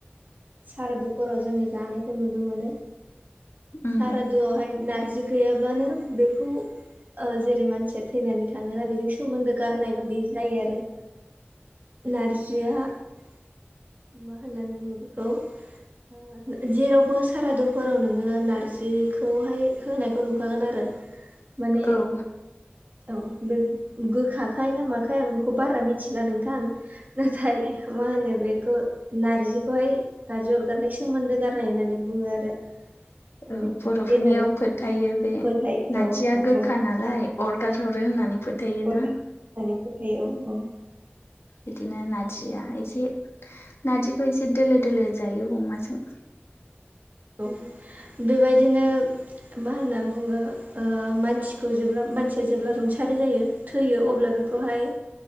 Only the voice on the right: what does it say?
सारादुफोराव जोंङो जानायखौ नुनो मोनो।
सारादुआवहाय नारजि गैयाब्लानो बेखौ ओ जेरै मानसिया थैनानै थांङोना बेजों सोमोन्दो गारनाय बादि जायो आरो। नारजिया मा होननानै बुंङो बेखौ ओ जेरावबो सारादुफोराव नोंङो नारजिखौहाय होनाय खौ नुखागोन आरो माने
औ बे गोखाखाय ना माखाय आं बेखौ बारा मिथिला नोंथां नाथाय मा होनो बेखौ नारजिखौहाय नारजि अरगारनाय सोमोन्दो गारनाय होननानै बुंङो आरो।
बिदि
होननानै
फोथाय
औ औ
बुं
बया
होननानै फोथायो औ औ।
खौ बेबायदिनो मा होनना बुंङो मानसिखौ जेब्ला मानसिया जेब्ला रुंसारि जायो थैयो अब्ला बेखौहाय